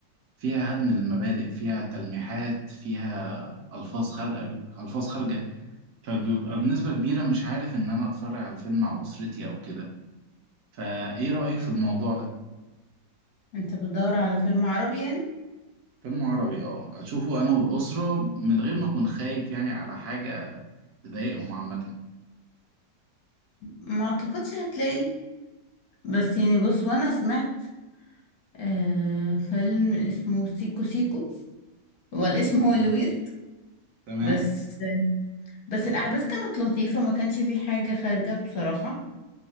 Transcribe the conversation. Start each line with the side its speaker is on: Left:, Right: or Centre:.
Right: فيها هدم المبادئ فيها تلميحات فيها ألفاظ خارجة ألفاز خارجة فبيبقى بنسبة كبيرة مش عارف إن أنا أتفرج على فيلم مع أسرتي أو كده فإيه رأيك في الموضوع ده؟
Left: انت بتدور على فيلم عربي يعني
Right: فيلم عربي اه اشوفه انا والاسره من غير ما اكون خايف يعني على حاجه تضايقهم عامة
Left: ما اعتقدش هتلاقي بس يعني بص وانا سمعت آه فيلم اسمه سيكو سيكو هو الاسم
Right: جميل
Left: هو اللي ويرد
Right: تمام
Left: بس بس الاحداث كانت لطيفة ما كانش فيه حاجة خارجة بصراحة